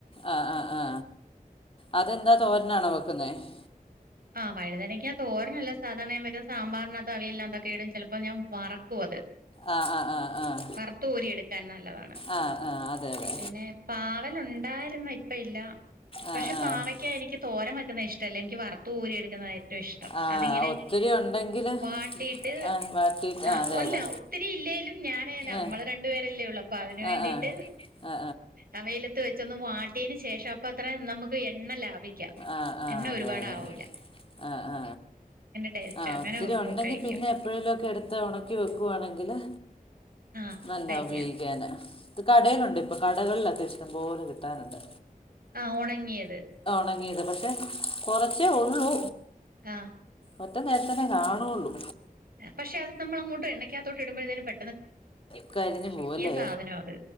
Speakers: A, on the left; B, on the right.
A: ആ ആ ആ അതെന്താ തോരനാണോ വെക്കുന്നത് ന്നത് <inaudible>
B: ആ വഴുതനങ്ങ തോരനല്ല സാധാരണ അവിയൽലിനകത്തും, സാമ്പാറിനകത്തും ഇടും ചിലപ്പോൾ ഞാൻ വറക്കും അത്
A: ആ ആ ആ ആ
B: വറുത്തു കോരി ഇട്ക്കാൻ നല്ലതാണ്
A: ആ ആ അതെ അതെ
B: പിന്നെ പാവൽ ഉണ്ടായിരുന്നു ഇപ്പ ഇല്ല പക്ഷെ
A: ആ ആ
B: പാവയ്ക്ക എനിക്ക് തോരൻ വെ- ക്കുന്നെ ഇഷ്ട്ടല്ല ഇന്ക് വറ തൂരി എടുക്കുന്നതായിരിക്കും റ്റവും ഇഷ്ടം
A: ആ
B: അതിങ്ങനെ
A: ഒത്തിരി ഉണ്ടെങ്കിൽ
B: വാട്ടിട്ട്
A: ആ വാട്ടിയിട്ട്
B: ആ
A: അതെ
B: ഒല്ല
A: അതെ
B: ഒത്തിരി ഇല്ലേലും ഞാനേ നമ്മള്
A: ആ
B: രണ്ടുപേരല്ലേ ഉള്ളൂ അപ്പൊ അതിന് വേണ്ടിട്ട്
A: ആ ആ ആ
B: അ വെയിലത്ത് വെ ചൊന്ന് വാട്ട്യേന് ശേഷം പ്പ അത്ര നമ്മക്ക് എണ്ണ ലാ വെക്ക
A: ആ ആ ആ
B: എണ്ണ
A: അതെ
B: ഒരുപാട്
A: അതെ
B: ആവു
A: ആ ആ
B: ടേസ്റ്റ്
A: ആ
B: അങ്ങനെ
A: ഒത്തിരി ഉണ്ടെങ്കി
B: കഴിക്കും
A: പിന്നെ എപ്പഴെലും ഒക്കെ എടുത്ത് ഉണക്കി വെക്കുവാണെങ്കില്
B: ആഹ്
A: നല്ല
B: കഴിക്കാം
A: ഉപയോയിക്കാന ഇത് കടയിലുണ്ട് പ്പൊ കടകളിലൊക്കെ ഇഷ്ടംപോലെ കിട്ടാനുണ്ട്
B: ആ ഉണങ്ങിയത്
A: ണങ്ങിയത് പക്ഷെ കുറച്ചേ ഉള്ളൂ
B: ആഹ്
A: ഒറ്റ നേരത്തന്നെ കാണുള്ളൂ
B: ആ പഷേ അഹ് നമ്മളങ്ങോട്ട് എണ്ണക്ക്യാത്തോട്ട് ഇടുമ്പയ്തെന്നെ പെ
A: ക്കരിഞ്ഞു പോവല്ലേ
B: സാധനവാ അത്